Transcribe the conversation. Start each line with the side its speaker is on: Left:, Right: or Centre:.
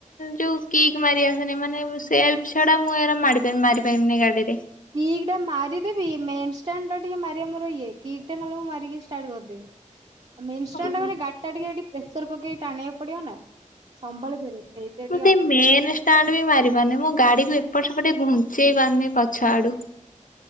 Left: ଯୋଉ କିିକ ମାରି ଆସନି ମାନେ ସେଲ୍ଫ ଛଡା ମୁଁ ମା ମାରି ପାରିବିନି ଗାଡ଼ିରେ।
Right: କିିକ୍ ଟା ମାରିଦେବି ମେନ୍ ଷ୍ଟାଣ୍ଡ ଟା ଟିକେ ମାରିବା ମୋର ଇଏ କିିକ ଟା ନହେଲେ ମୁଁ ମାରିକି ଷ୍ଟାର୍ଟ କରିଦେବି। ମେନ୍ ଷ୍ଟାଣ୍ଡ
Left: ହଁ।
Right: ଟା ମାନେ ଗାଡି ଟାକେ ଏଟି ପ୍ରେସର ପକେଇକି ଟାଣିବାକୁ ପଡିବ ନା। ସମ୍ଭଳି ପରିବ ସେଇଥିଆ ଟିକେ
Left: ମୁଁ ସେଇ
Right: ଅସେ
Left: ମେନ୍ ଷ୍ଟାଣ୍ଡ ବି ମାରି ପାରୁନି ମୁଁ ଗାଡି କୁ ଏପଟ ସେପଟେ ଘୁଞ୍ଚେଇ ପାରୁନି।
Right: ହ।
Left: ଆଡୁ।